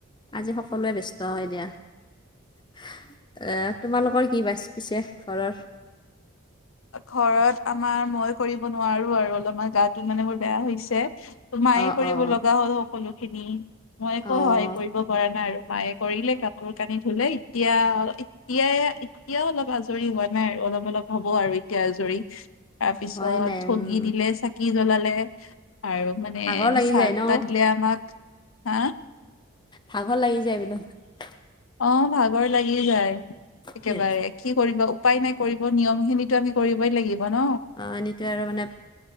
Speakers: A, on the left (about 20°); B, on the left (about 80°).
A: আজি সকলোৱে ব্যস্ত হয় দিয়া। এ তোমালোকৰ কি বাচ পিছে ঘৰৰ।
B: ঘৰত আমাৰ মই কৰিব নোৱাৰো আৰু অলপমান গাটোো মানে মোৰ বেয়া হৈছে। মায়ে
A: অ',
B: কৰিব
A: অ',
B: লগা হ'ল সকলো খিনি মই একো
A: অ',
B: সহায় কৰিব পৰা নাই আৰু। মায়ে কৰিলে কাপোৰ কানি ধুলে এতিয়া অ এতিয়াই এতিয়া অলপ আজৰি হোৱা নাই আৰু অলপ অলপ হ'ব আৰু এতিয়াৰ জৰি তাৰপিছত
A: হয় নাই
B: ঠগী
A: উম,
B: দিলে চাকি জ্বলালে আৰু মানে
A: ভাগৰ লাগি
B: চাহ
A: যায় ন?
B: তাহ দিলে আমাক হা
A: ভাগৰ লাগি যায় কিন্তু।
B: অ ভাগৰ লাগি যায়। একেবাৰে
A: কি হ'ল
B: কি কৰিব উপায় নাই কৰিব নিয়ম খিনিতো আমি কৰিবই লাগিব। ন
A: অহ এনেতো আৰু মানে